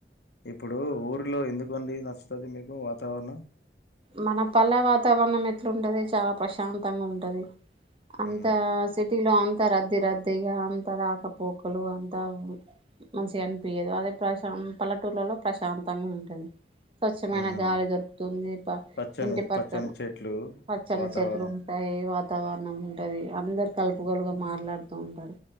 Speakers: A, on the left (about 65°); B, on the right (about 30°).
A: ఇప్పుడు ఊర్లో ఎందుకుండి నచ్చుతుంది మీకు వాతావరణం
B: మన పల్ల వాతావరణం ఎట్లా ఉంటది చాలా ప్రశాంతంగా ఉంటది అంత
A: ఉమ్
B: సి వటిలో అంతా రద్దీ రద్దీగా అంత రాకపోకలు అంతా మంచిగా అనిపయదు అదే ప్రశా పల్లెటూర్లలో ప్రశాంతంగా ఉంటది స్వచ్ఛమైన
A: ఉహు
B: గాలి దొరుకుతుంది ప
A: పచ్చని
B: ఇంటి పక్కన
A: పచ్చని చెట్లు
B: పచ్చని
A: వాతావరణం
B: చెట్లు ఉంటాయి వాతావరణం ఉంటది అందరు కలుపుకలుగా మాట్లాడుతూ ఉంటారు